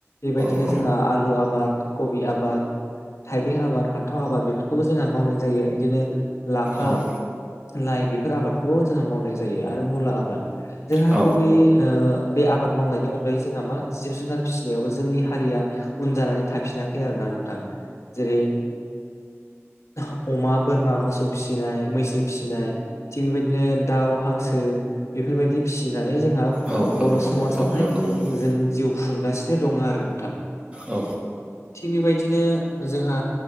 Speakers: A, on the left; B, on the right.
A: बेबायदिनो
B: औ
A: जोंहा आलु आबाद कबि आबाद थाइबें आबाद फान्थाव आबाद बेफोरखौबो जोंहा मावनाय जायो बिदिनो लाफा
B: औ औ
A: लाइ बेफोर आबादखौबो जोंहा मावनाय जायो आरो मुला आबाद। जोंहा
B: औ
A: गुबै ओ बे आबाद मावनायनि अनगायै जोंहा मा जिब जुनार फिसिनायावबो जोंनि हारिया उन जानानै थाफिनाखै आरोना नोंथां जेरै ओह अमा बोरमा मोसौ फिसिनाय मैसो फिसिनाय। थिग बेबायदिनो दाउ हांसो बेफोरबायदि फिसिनानै जोंहा
B: औ औ
A: बर'
B: औ
A: समासआव
B: औ
A: हाय
B: नंगौ नंगौ
A: ओ जों जिउ खुंगासिनो आरो नोंथां।
B: औ
A: थिग बेबायदिनो जोंहा